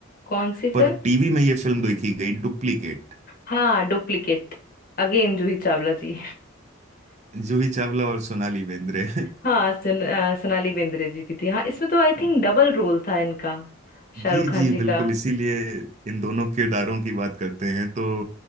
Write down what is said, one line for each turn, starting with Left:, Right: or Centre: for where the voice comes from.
Left: कौन सी
Right: पर
Left: फिल्म
Right: टीवी में ये फिल्म देखी गई, डुप्लीकेट,
Left: हाँ डुप्लीकेट अगेन जूही चावला जी
Right: जूही चावला और सोनाली बेंद्रे
Left: हाँ सन, अ, सोनाली बेंद्रे जी भी थी हाँ इसमें तो आई
Right: <laughs>
Left: थिंक डबल रोल था इनका शाहरुख
Right: जी
Left: खान
Right: जी
Left: जी
Right: बिल्कुल
Left: का
Right: इसीलिए इन दोनों किरदारों की बात करते हैं तो